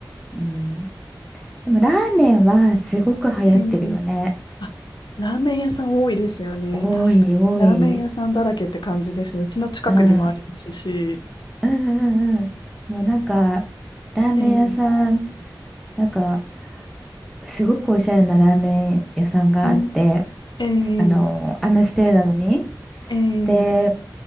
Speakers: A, in the centre; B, on the left.
A: う。うん。でもラーメンはすごく流行ってるよね。
B: ええあラーメン屋さん多いですよね。
A: 多い多い。
B: 確かに。ラーメン屋さんだらけって感じですね。うちの近くにもありますし。
A: うん。うんうんうん。もうなんか、ラーメン屋さん、
B: えー、
A: なんか、すごくおしゃれなラーメン屋さんがあって、
B: うん、えー、
A: あの、アムステルダムに。
B: えー、
A: で、